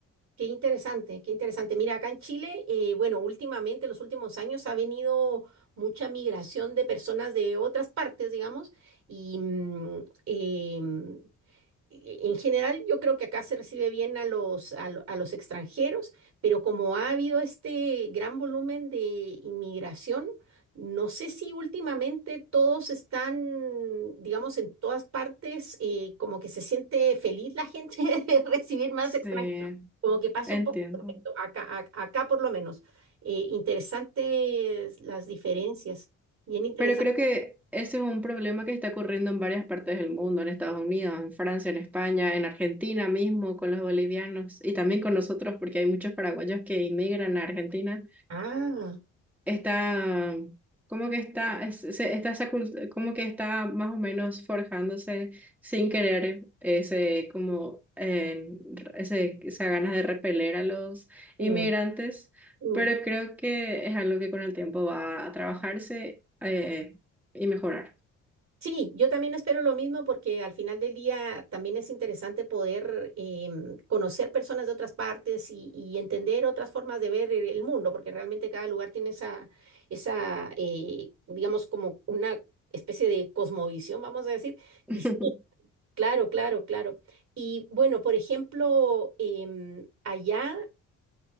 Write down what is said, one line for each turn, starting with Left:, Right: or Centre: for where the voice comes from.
Right: qué interesante, qué interesante. Mira, acá en Chile, eh, bueno, últimamente, en los últimos años, ha venido mucha migración de personas de otras partes, digamos, y mm, em, y- En general, yo creo que acá se recibe bien a los, a, lo- a los extranjeros, pero como ha habido este gran volumen de inmigración, no sé si últimamente todos están, digamos, en todas partes, eh, como que se siente feliz la gente <laughs> de recibir más
Centre: Sí,
Right: extranjeros, como que pasa
Centre: entiendo.
Right: un poco perfecto, acá, a- acá por lo menos. Eh, interesantes las diferencias, bien interesante.
Centre: Pero creo que ese es un problema que está ocurriendo en varias partes del mundo, en Estados Unidos, en Francia, en España, en Argentina mismo, con los bolivianos y también con nosotros, porque hay muchos paraguayos que inmigran a Argentina
Right: Ah,
Centre: está, como que está, es- se- está esa cult- como que está más o menos forjándose sin querer ese, como, eh, ese, esa ganas de repeler a los
Right: mm,
Centre: inmigrantes,
Right: mm.
Centre: pero creo que es algo que con el tiempo va a trabajarse eh, y mejorar.
Right: Sí, yo también espero lo mismo porque al final del día también es interesante poder em, conocer personas de otras partes y, y entender otras formas de ver el el mundo, porque realmente cada lugar tiene esa, esa eh, digamos, como una especie de cosmovisión, vamos a decir, distinta.
Centre: <laughs>
Right: Claro, claro, claro. Y bueno, por ejemplo, em, allá